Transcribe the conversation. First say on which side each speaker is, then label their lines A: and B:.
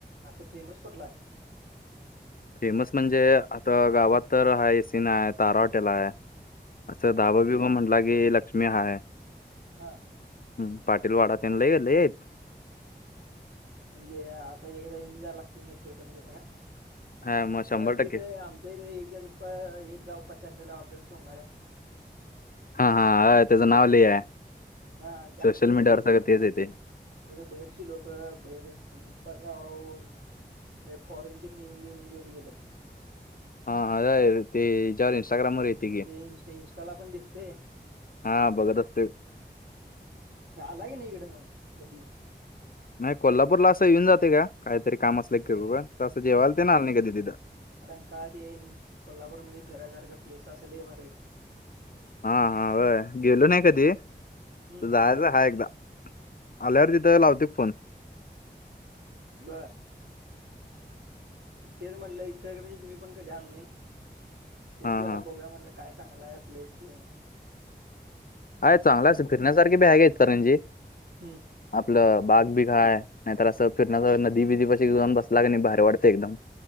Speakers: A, on the right; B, on the left.
A: असं फेमस कुठला आहे?
B: फेमस म्हणजे आता गावात तर हा एसीन आहे तारा हॉटेल आहे. असं
A: बर
B: दाबा बी म म्हंटला की लक्ष्मी हा आहे.
A: हा
B: हम पाटील वाडा त्यांन ल गेलेेत.
A: म्हणजे आता एखादा हिं जा लागते मैत्रीकर म्हजेला का
B: हा मग
A: आमच्या
B: शंभर टक्के
A: एकच प एक गाव पचललेला हॉटेल सोंगाड्या
B: हा हा त्याचं नाव लि आहे.
A: हा ते आमच्या
B: सोशल
A: इथले
B: मीडियावर
A: फेमस
B: सगळं तेच
A: आहे
B: येते
A: तिथे बहेरचे लोक. ब भहेर पर गावा हून लई फॉरेन ची पण येन येऊन देेऊन जेऊन गेल्यात.
B: हा अती ज इनस्टग्रामवररयतीी
A: इंस्टाला पण दिसते.
B: हा बघत असते.
A: लय क नाही इकडे मग कधी
B: नाही कोल्हापूर ला असं येऊन जाते काहीतरी काम अस क असं जेवायला ते ना आलं नाही काीदी तर
A: रंकाातन कोल्हापूरमध्येध्ये फिरायसारखा प्लेस असेल मरत.
B: हा हा व गेलो नाही कधी
A: हम्म
B: जायच हा एकदा आल्यावर तिथं लावते फोन.
A: बर. तेच म्हटलं इच्छा करण्या मी पण काही जाल नाही तेच
B: हा
A: जरा
B: हा
A: बघू या म्हटलं. काय चांगला आहे प्लेस ट.
B: आहे चांगलाच फिरण्यासारखी भ्याग आहेत तरणजी
A: हम्म,
B: आपलं बाग बी काय आहे नाहीतर असं फिरण्या नदी बिध प जाऊन बसला क नाही भारी वाटते एकदम